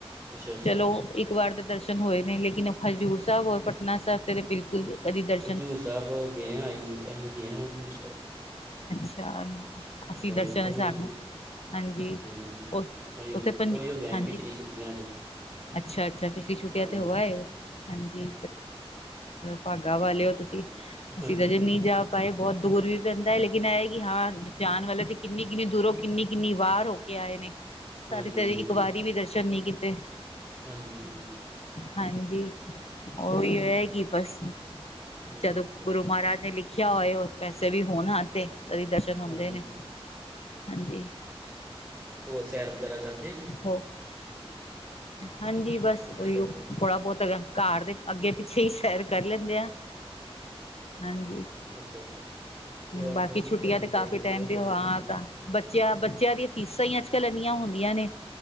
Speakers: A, on the right; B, on the left.
A: ਅੱਛਾ ਅੱਛਾ
B: ਚਲੋ, ਇੱਕ ਵਾਰ ਦੇ ਦਰਸ਼ਨ ਹੋਏ ਨੇ ਲੇਕਿਨ ਹਜ਼ੂਰ ਸਾਹਬ ਔਰ ਪਟਨਾ ਸਾਹਬ ਦੇ ਬਿਲਕੁਲ ਕਦੀ ਦਰ
A: ਜ਼ੂਰ ਸਾਹਬ ਗਏ ਹਾਂ ਅਹੀ, ਅਹੀ ਗਏ ਹਾਂ ਜ਼ੂਰ ਸਾਹਬ।
B: ਅੱਛਾ, ਅਸੀਂ ਦਰਸ਼ਨ
A: ਉੱਥੋਂ ਵੀ
B: ਸਾਨੂੰ ਹਾਂਜੀ।
A: ਹਾਂਜੀ
B: ਉ
A: ਅਸੀਂ
B: ਉੱਥੇ,
A: ਉੱਥੋਂ ਹੀ ਹੋ ਗਏ
B: ਹਾਂਜੀ।
A: ਪਿਛਲੀ ਛੁੱਟੀਆਂ 'ਚ
B: ਅੱਛਾ, ਅੱਛਾ, ਪਿਛਲੀ ਛੁੱਟੀਆਂ
A: ਹਾਂਜੀ
B: ਤੇ ਹੋ ਆਏ ਹੋ? ਹਾਂਜੀ। ਭਾਗਾ ਵਾਲੇ ਹੋ ਤੁਸੀਂ।
A: ਹਾਂਜੀ
B: ਅਸੀਂ ਤਾਂ ਜੇ ਨਹੀਂ ਜਾ ਪਾਏ ਬਹੁਤ ਦੂਰ ਵੀ ਪੈਂਦਾ ਲੇਕਿਨ ਇਹ ਕਿ ਹਾਂ ਜਾਣ ਵਾਲੇ ਤੇ ਕਿੰਨੀ-ਕਿੰਨੀ ਦੂਰੋਂ, ਕਿੰਨੀ-ਕਿੰਨੀ ਵਾਰ ਹੋ ਕੇ ਆਏ ਨੇ
A: ਹਾਂਜੀ
B: ਸਾਰੀ ਸਾਰੀ,
A: ਹਾਂਜੀ
B: ਤੇ ਇੱਕ ਵਾਰੀ ਵੀ ਦਰਸ਼ਨ ਨਹੀਂ ਕੀਤੇ।
A: ਹਾਂਜੀ, ਹਾਂਜੀ।
B: ਹਾਂਜੀ। ਉਹਹੀ ਹੋ ਕਿ ਬਸ
A: ਹਾਂਜੀ
B: ਜਦੋਂ
A: ਅੱਛਾ
B: ਗੁਰੂ ਮਹਾਰਾਜ ਨੇ ਲਿਖਿਆ ਹੋਏ, ਪੈਸੇ ਵੀ ਹੋਣ ਤੇ <unintelligible> ਦੀ ਦਰਸ਼ਨ ਹੁੰਦੇ
A: ਹਾਂਜੀ
B: ਨੇ, ਹਾਂਜੀ।
A: ਹੋਰ ਸੈਰ ਵਗੈਰਾ ਕਰਦੇ ਜੇ?
B: ਹੋ ਹਾਂਜੀ, ਬਸ
A: ਹੈਲੋ
B: ਉਹੀਓ ਥੋੜਾ ਬਹੁਤ ਹੈਗਾ ਘਰ ਦੇ ਅੱਗੇ-ਪਿੱਛੇ ਹੀ ਸੈਰ ਕਰ ਲੈਂਦੇ ਆ, ਹਾਂਜੀ।
A: ਅੱਛਾ, ਅੱਛਾ। ਸੈਰ
B: ਬਾਕੀ
A: ਸੈਰ ਵੀ
B: ਛੁੱਟੀਆਂ
A: ਕਰਨੀ
B: ਤੇ ਕਾਫੀ
A: ਚਾਹੀਦੀ
B: ਟਾਈਮ
A: ਬਹੁਤ
B: ਦੀ
A: ਵਧੀਆ
B: <unintelligible>
A: ਹੁੰਦੀ
B: ਬੱਚਿਆਂ, ਬੱਚਿਆਂ ਦੀ ਫੀਸਾਂ ਹੀ ਅੱਜ-ਕੱਲ ਇੰਨੀਆਂ ਹੁੰਦੀਆਂ ਨੇ,